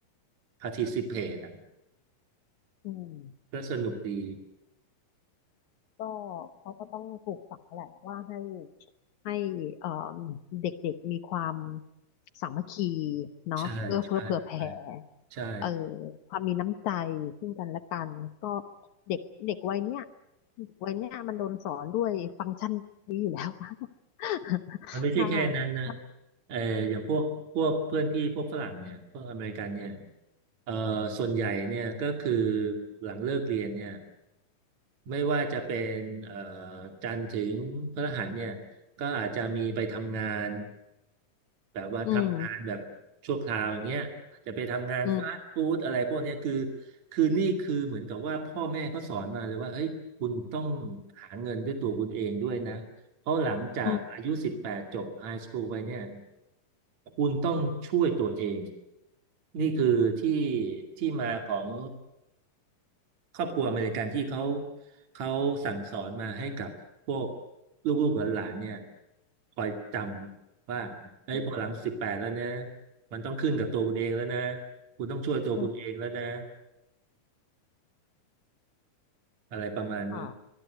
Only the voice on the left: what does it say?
อืม
ก็เขาก็ต้องปลูกฝังแหละว่าให้ ให้เอ่อเด็กๆมีความสามัคคีเนาะเอื้อเฟื้อเผื่อแผ่
เอ่อความมีน้ำใจซึ่งกันและกันก็เด็กเด็กวัยเนี้ยเด็กวัยเนี้ยมันโดนสอนด้วยฟังก์ชันนี้อยู่แล้ว <laughs>
ถ้าถ้า
อืมอืม
อืม
อืม
อืม
ค่ะ